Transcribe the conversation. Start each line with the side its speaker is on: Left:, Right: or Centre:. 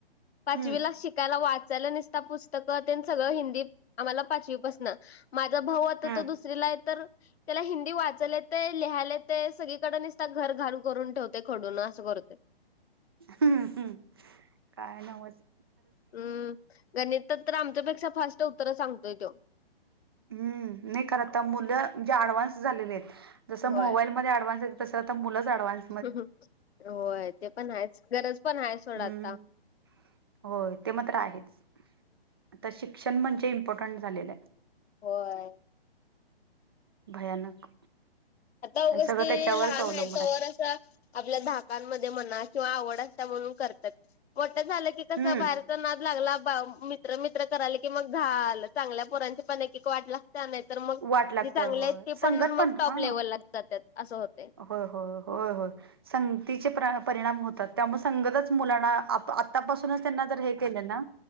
Left: पाचवी
Right: हम्म
Left: ला शिक त्याला वाचायला निस्त पुस्तकं तेन सगळं हिंदीत आम्हांला पाचवीपासन माझा भाऊ आता
Right: हा
Left: तो दुसरीला हाय तर त्याला हिंदी वाचायला येतंय लिहायला येतंय सगळीकडे नसतं घर घाण करून ठेवतय खडून करत
Right: हम्म हम्म काय न्हवच
Left: हम्म गणितात तर आमच्यापेक्षा फास्ट उत्तरं सांगतोय तो
Right: हम्म नाही खरं आता मुलं जे ऍडव्हान्स झालेले आहेत जसं
Left: होय.
Right: मोबाईलमध्ये अँडव्हान्स तस आता मुलंच अँडव्हान्स
Left: होय ते पण आहेच गरज पण आहे सोडा
Right: हम्म
Left: आता
Right: होय ते मात्र आहेच आता शिक्षण म्हणजे इम्पॉर्टंट झालेलं आहे
Left: होय
Right: भयानक
Left: आता उगच
Right: आणि सगळं
Left: ते
Right: त्याच्यावरच
Left: लहान
Right: अवलंबून
Left: आहे तवर असं आपल्या धाकांमध्ये म्हणा किंवा आवड असत्या म्हणून करतात मोठ झालं की कसं
Right: हम्म
Left: बाहेर नाद लागला बा मित्र मित्र करायले की मग झालं चांगल्या पोरांचे पण एक एक वाट त्या नाही तर मग
Right: वाट लागते
Left: जी चांगले
Right: होय
Left: आहेत ते
Right: संगत
Left: पण मग टॉप
Right: हा
Left: लेव्हलला जातात असं होतंय
Right: होय हो होय हो संगतीचे परिणाम होतात त्यामुळे संगतच मुलांना आत्तापासूनच त्यांना जर हे केलं ना